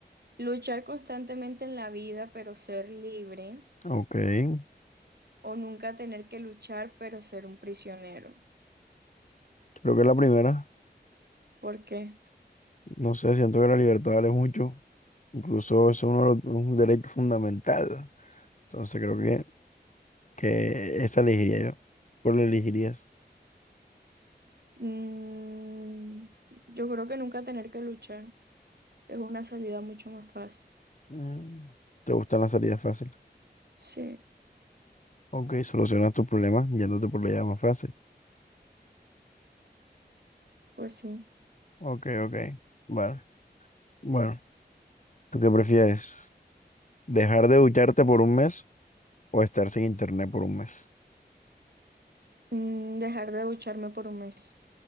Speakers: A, on the right (about 70°); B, on the left (about 45°).
A: ¿Luchar constantemente en la vida pero ser libre
B: Ok, creo
A: o nunca tener que luchar pero ser un prisionero?
B: que la primera,
A: ¿Por qué?
B: no sé, siento que la libertad vale mucho. Incluso es uno de los- un derecho fundamental. Entonces creo que que esa elegiría yo. ¿Cuál elegirías?
A: Mm, yo creo que nunca tener que luchar es una salida mucho más fácil.
B: Mm, ¿Te gustan las salidas fáciles?
A: Sí.
B: Ok, solucionas tus problemas yéndote por la vía más fácil.
A: Pues sí.
B: ok, ok. Vale. Bueno, ¿tú qué prefieres? ¿Dejar de ducharte por un mes o estar sin internet por un mes?
A: Mm, Dejar de ducharme por un mes.